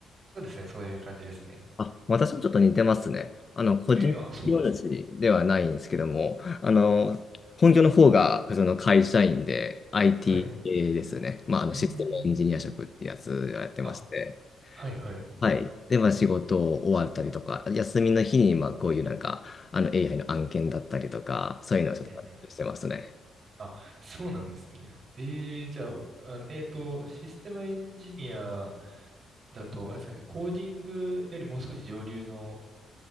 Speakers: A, on the right (about 45°); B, on the left (about 35°).
A: そうですね、そういう感じですね。
B: あ、私もちょっと似てますね。あの、個人事業主ではないんですけども、
A: えーあ、そうなんですね。
B: あの、本業の方が普通の会社員で IT
A: はい。
B: 系ですね。まあ、あのシステムエンジニア職ってやつをやってまして。
A: うーん。あ、はいはい。うん
B: はい。で、まあ仕事終わったりとか、休みの日にまあこういうなんか、あの AI の案件だったりとか、そういうのをちょっとしてますね。
A: うんうんあ、そうなんですね。ええ、じゃあ、あの、えっと、システムエンジニアだと、あれですかね、コーディングよりもう少し上流の